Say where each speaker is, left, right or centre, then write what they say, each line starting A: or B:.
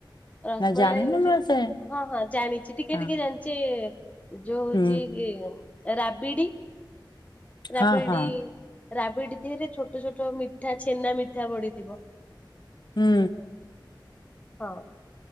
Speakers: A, on the left (about 15°); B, on the left (about 60°).
A: ରସ୍ମଲାଇ
B: ନା ଜାଣିନୁ
A: ହଉଚି।
B: ନା ସେ
A: ହଁ ହଁ ଜାଣିଚି। ଟିକେ
B: ହଁ
A: ଟିକେ ଜାଣିଚି ଯୋଉ
B: ହୁଁ
A: ହଉଚି ରାବିଡି ରାବିଡି
B: ହଁ ହଁ
A: ରାବିଡି ଦିହେରେ ଛୋଟ ଛୋଟ ମିଠା ଛେନା ମିଠା ପଡିଥିବ।
B: ହୁଁ।
A: ହଁ।